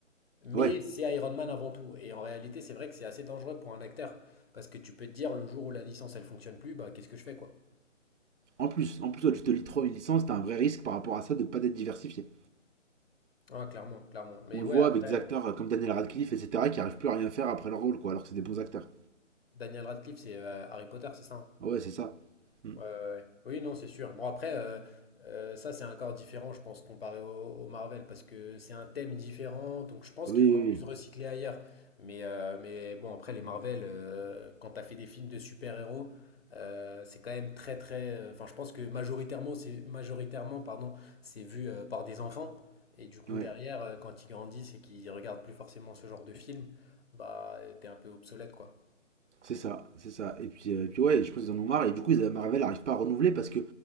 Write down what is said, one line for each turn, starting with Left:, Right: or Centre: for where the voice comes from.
Left: Mais
Right: Ouais,
Left: c'est Iron Man avant tout. Et en réalité, c'est vrai que c'est assez dangereux pour un acteur. Parce que tu peux te dire, le jour où la licence, elle fonctionne plus, bah qu'est-ce que je fais, quoi?
Right: en plus, en plus, toi, tu te lis trop une licence, t'as un vrai risque par rapport à ça de pas d'être diversifié.
Left: Ah, clairement, clairement. Mais
Right: On le
Left: ouais,
Right: voit
Left: après,
Right: avec des acteurs euh, comme Daniel Radcliffe, etc., qui arrivent plus à rien faire après leur rôle, quoi, alors que c'est des bons acteurs.
Left: Daniel Radcliffe, c'est euh, Harry Potter, c'est ça? hein
Right: Ouais, c'est ça. Mm.
Left: Ouais, ouais. ouais. Oui, non, c'est sûr. Bon, après, euh, euh, ça, c'est encore différent, je pense, comparé au, au Marvel, parce que c'est un thème différent, donc je pense
Right: Oui,
Left: qu'il aurait pu se recycler ailleurs. Mais, euh, mais bon, après, les Marvel, euh, quand t'as fait des films de super-héros, euh, c'est quand même très, très... euh, Enfin, je pense que majoritairement, c'est majoritairement, pardon, c'est vu euh, par des enfants. Et du coup,
Right: oui, oui.
Left: derrière,
Right: Ouais.
Left: euh, quand ils grandissent et qu'ils regardent plus forcément ce genre de film, bah, euh, t'es un peu obsolète, quoi.
Right: C'est ça, c'est ça. Et puis, euh, et puis ouais, je pense qu'ils en ont marre. Et du coup, ils, Marvel n'arrive pas à renouveler parce que